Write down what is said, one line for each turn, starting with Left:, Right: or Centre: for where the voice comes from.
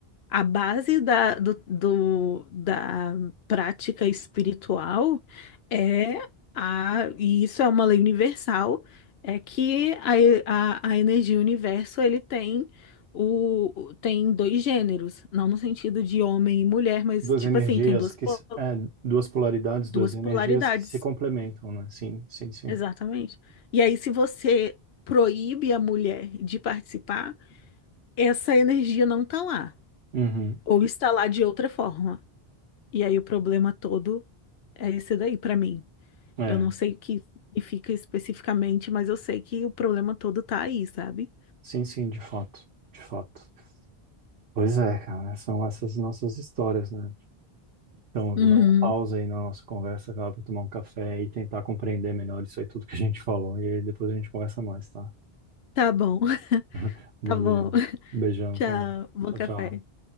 Left: a base da, do, do- da prática espiritual é a, e isso é uma lei universal, é que a, e- a, a energia universo ele tem o o- tem dois gêneros, não no sentido de homem e mulher, mas
Right: Duas
Left: tipo
Right: energias
Left: assim, tem duas,
Right: que,
Left: po-
Right: s- é, duas polaridades,
Left: duas
Right: duas energias
Left: polaridades,
Right: que se complementam, né? Sim, sim, sim.
Left: exatamente. E aí, se você proíbe a mulher de participar, essa energia não está lá,
Right: Uhum.
Left: ou está lá de outra forma. E aí o problema todo É isso daí para mim.
Right: É,
Left: Eu não sei o que significa especificamente, mas eu sei que o problema todo tá aí, sabe?
Right: sim, sim, de fato, de fato. Pois é, cara, são essas nossas histórias, né? Então, eu
Left: Uhum.
Right: vou dar uma pausa aí na nossa conversa, cara, para tomar um café e tentar compreender melhor isso aí tudo que a gente falou. E aí depois a gente conversa mais, tá?
Left: Tá bom, <laughs>
Right: <laughs> Valeu.
Left: tá bom. <laughs>
Right: Beijão,
Left: Tchau,
Right: cara.
Left: bom
Right: Tchau,
Left: café.
Right: tchau.